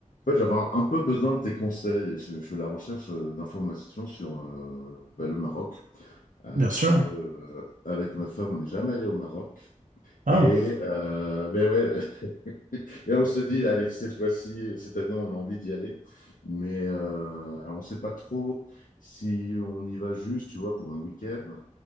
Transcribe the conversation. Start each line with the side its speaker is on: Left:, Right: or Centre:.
Left: En fait, j'avais un un peu besoin de tes conseils. Je, je suis à la recherche euh, d'informations sur euh, bah, le Maroc, Euh,
Right: Bien
Left: parce
Right: sûr.
Left: que euh, avec ma femme, on n'est jamais allé au Maroc.
Right: Ah
Left: Et,
Right: bon,
Left: euh, ben ouais, <laughs> et on se dit, allez, cette fois-ci, cette année, on a envie d'y aller. Mais euh, alors, on ne sait pas trop si on y va juste, tu vois, pour un week-end,